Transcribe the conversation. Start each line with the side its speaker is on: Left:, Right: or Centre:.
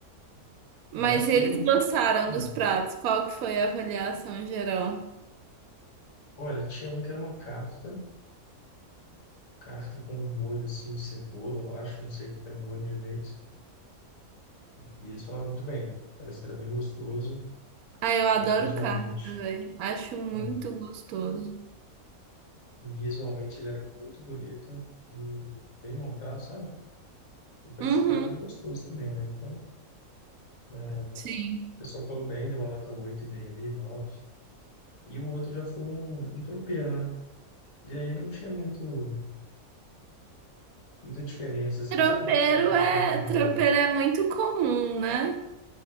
Right: Mas
Left: mas todo
Right: eles
Left: mundo
Right: gostaram
Left: foi.
Right: dos
Left: é.
Right: pratos. Qual que foi a avaliação geral?
Left: Olha, tinha um que era uma kafta, kafta com um molho assim de cebola, eu acho, não sei o que era o molho direito. E eles falaram muito bem, parece que era bem gostoso,
Right: Ah, eu adoro
Left: é, visualmente.
Right: cacto, velho. Acho muito
Left: é,
Right: gostoso.
Left: Visualmente ele era muito bonito e bem montado, sabe? E parecia
Right: Uhum.
Left: que tava bem gostoso também, né? Então, é, o
Right: Sim.
Left: pessoal falou bem, deu uma nota 8,5 ali, nove E o outro já foi um, um tropeiro, né? E aí não tinha muito, muita diferença, assim,
Right: Tropeiro
Left: sabe? Um tropeiro
Right: é,
Left: normal.
Right: tropeiro é muito comum, né?